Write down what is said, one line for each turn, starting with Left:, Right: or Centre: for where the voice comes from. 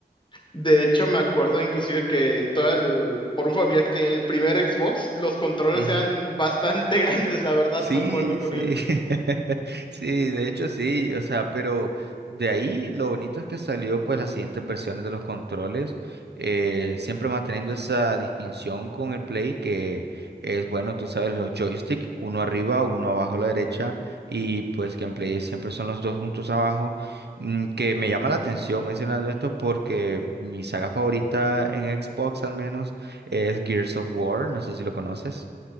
Left: de hecho, me acuerdo inclusive que todo el... Por un familiar que tenía el primer Xbox, los controles
Right: <laughs>
Left: eran bastante <laughs> grandes, la verdad,
Right: Sí,
Left: me acuerdo con
Right: sí,
Left: ello.
Right: <laughs> sí, de hecho sí, o sea, pero de ahí lo bonito es que salió pues las siguientes versiones de los controles, eh, siempre manteniendo esa distinción con el Play que es, bueno, tú sabes, los joysticks, uno arriba, uno abajo a la derecha y pues que en Play siempre son los dos juntos abajo, mm, que me llama la atención mencionando esto porque mi saga favorita en Xbox al menos es Gears of War, no sé si lo conoces,